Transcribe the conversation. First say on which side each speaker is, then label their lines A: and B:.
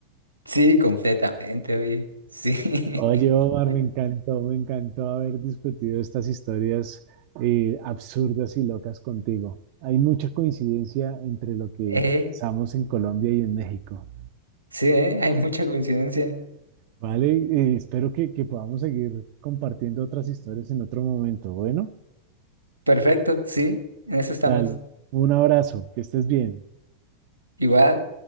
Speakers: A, on the right (about 85°); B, on the right (about 45°).
A: Sí, completamente, oye. Sí. <laughs>
B: Oye, Omar, me encantó, me encantó haber discutido estas historias eh, absurdas y locas contigo. Hay mucha coincidencia entre lo que
A: Eh,
B: pensamos en Colombia y en México.
A: sí, eh, Hay mucha coincidencia.
B: Vale, Eh, espero que, que podamos seguir compartiendo otras historias en otro momento. Bueno,
A: Perfecto, sí, en eso estamos.
B: dale, un abrazo, que estés bien.
A: Igual.